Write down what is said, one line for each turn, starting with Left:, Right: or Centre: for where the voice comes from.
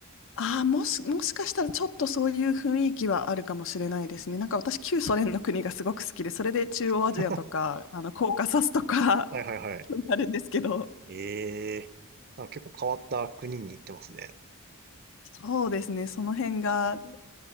Left: ああ、もし、もしかしたらちょっとそういう雰囲気はあるかもしれないですね。なんか私、旧ソ連の国がすごく好きで、それで中央アジアとか、
Right: <laughs> は
Left: あの、コーカサスとか、
Right: いはいはい。
Left: 興味あるんですけど、
Right: ええなんか結構変わった国に行ってますね。
Left: そうですね、その辺が好